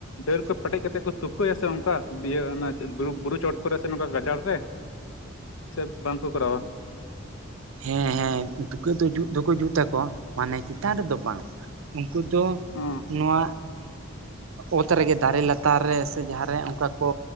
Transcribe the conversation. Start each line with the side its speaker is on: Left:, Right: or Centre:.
Left: ᱰᱟᱹᱨ ᱠᱚ ᱯᱮᱴᱮᱡ ᱠᱟᱛᱮ ᱠᱚ ᱛᱩᱠᱟᱹᱭᱟ ᱥᱮ ᱚᱱᱠᱟ ᱤᱭᱟᱹ ᱚᱱᱟ ᱵᱩᱨᱩ ᱪᱚᱴ ᱠᱚᱨᱮ ᱥᱮ ᱱᱚᱝᱠᱟ ᱜᱟᱡᱟᱲ ᱨᱮ ᱪᱮᱫ ᱵᱟᱝᱸᱠᱚ ᱠᱚᱨᱟᱣᱟ
Right: ᱦᱮᱸ ᱦᱮᱸ ᱛᱩᱠᱟᱹ ᱫᱚ ᱡᱩᱛ ᱫᱚ ᱠᱚ ᱡᱩᱛᱟ ᱠᱚ ᱢᱟᱱᱮ ᱪᱮᱛᱟᱱ ᱨᱮᱫᱚ ᱵᱟᱝ, ᱩᱱᱠᱩ ᱫᱚ
Left: ᱚ
Right: ᱱᱚᱣᱟ ᱚᱛ ᱨᱮᱜᱮ ᱫᱟᱨᱮ ᱞᱟᱛᱟᱨ ᱨᱮ ᱥᱮ ᱡᱟᱦᱟᱸᱨᱮ ᱚᱱᱠᱟ ᱠᱚ